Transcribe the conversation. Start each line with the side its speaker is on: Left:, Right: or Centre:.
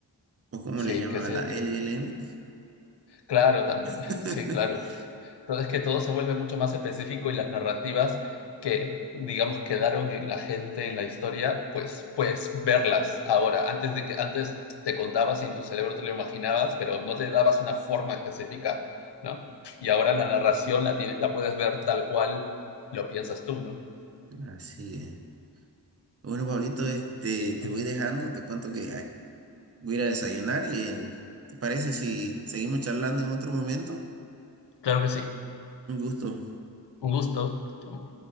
Right: ¿O cómo le
Left: Sí,
Right: llaman
Left: que sí.
Right: la
Left: es-
Right: LLM?
Left: Claro, también.
Right: <laughs>
Left: <laughs> Sí, claro. Entonces que todo se vuelve mucho más específico y las narrativas que, digamos, quedaron en la gente, en la historia, pues, pues verlas ahora. Antes de que antes te contabas y en tu cerebro te lo imaginabas, pero no te dabas una forma específica, ¿no? Y ahora la narración la, tiene, la puedes ver tal cual lo piensas tú, ¿no?
Right: Así es. Bueno, Pablito, este, te
Left: Ujú.
Right: voy dejando, te cuento que Voy a ir a desayunar y en- ¿te parece si seguimos charlando en otro momento?
Left: Claro que sí.
Right: Un gusto.
Left: Un gusto. Chao.